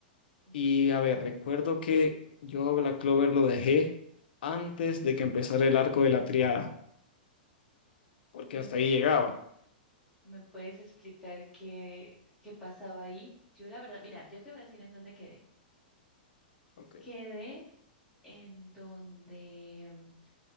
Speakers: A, in the centre; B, on the left.
A: Ok.
B: Y a ver, recuerdo que yo Black Clover lo dejé antes de que empezara el arco de la triada, porque
A: ¿Me,
B: hasta ahí llegaba.
A: me puedes explicar qué, qué pasaba ahí? Yo la verdad, mira, yo te voy a decir en dónde quedé.
B: Ok.
A: Quedé en donde mm,